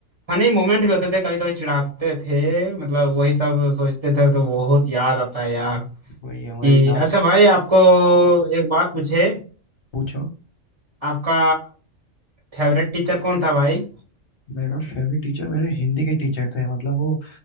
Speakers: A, on the right (about 25°); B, on the left (about 45°).
A: फनी मोमेंट भी होते थे कभी कभी चिढ़ाते थे मतलब वही सब सोचते थे तो बहुत याद आता है यार
B: वही हमारी
A: कि
B: लास्ट
A: अच्छा भाई आपको एक बात पूछे
B: पूछो
A: आपका फेवरेट टीचर कौन था भाई
B: मेरा फेवरेट टीचर मेरे हिंदी के टीचर थे मतलब वो